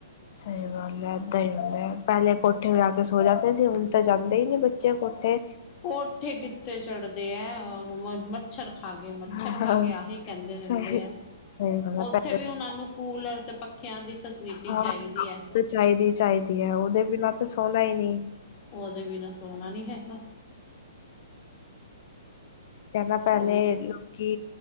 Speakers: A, on the left; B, on the left.
A: ਸਈ ਗੱਲ ਐ ਏਦਾਂ ਈ ਹੁੰਦਾ ਪੈਲੇ ਕੋਠੇ ਪੇ ਆਕੇ ਸੋ ਜਾਂਤੇ ਸੀ ਹੁਣ ਤਾਂ ਜਾਂਦੇ ਹਨ ਨੀ ਬੱ ਕੋਠੇ
B: ਓਥੇ ਕਿਥੇ ਚੜਦੇ ਐ ਅ ਮੱਛਰ ਖਾ ਗੇ ਮੱਛਰ
A: ਹਾਂ
B: ਖਾ ਗੇ ਆਹੀ ਕੈਂਦੇ ਰੈਂਦੇ
A: ਸਹੀ
B: ਆ,
A: ਸਹੀ ਗੱਲ ਹੈ
B: ਓਥੇ
A: ਪਹਿਲੇ
B: ਵੀ
A: ਤਾਂ
B: ਓਨਾਂ ਨੂੰ ਕੂਲਰ ਤੇ ਪੱਖਿਆਂ ਦੀ ਫੈਸਿਲਿਟੀ
A: ਹਾਂ,
B: ਚਾਹੀਦੀ ਹੈ
A: ਚਾਈਦੀ ਈ ਚਾਈਦੀ ਐ ਓਦੇ ਬਿਨਾਂ ਤਾਂ ਸੋਣਾ ਈ ਨੀ।
B: ਓਦੇ ਬਿਨਾ ਸੋਣਾ ਨੀ ਹੈਗਾ
A: ਕੈਂਦਾ ਪੈਲੇ
B: ਕੋਈ ਨੀ
A: ਲੋਕੀ